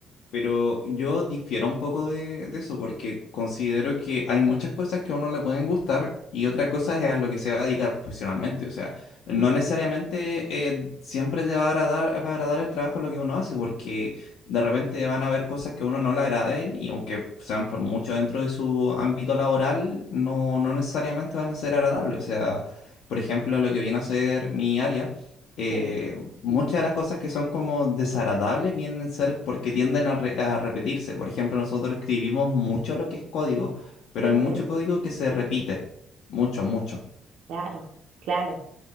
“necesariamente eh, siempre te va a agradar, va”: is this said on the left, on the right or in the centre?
Left